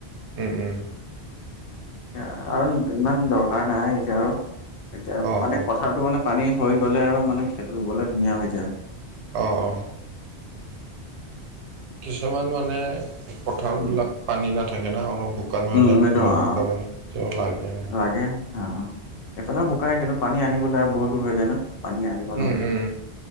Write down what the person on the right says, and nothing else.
উম উম।
অ
অ
অ', অ'। কিছুমান মানে পথাৰবিলাক
পানী নাথাকে না, অলপ শুকা শুকান হৈ
যায়,
সেইবিলাকৰ
কাৰণে কেৱল লাগে।
উম
উম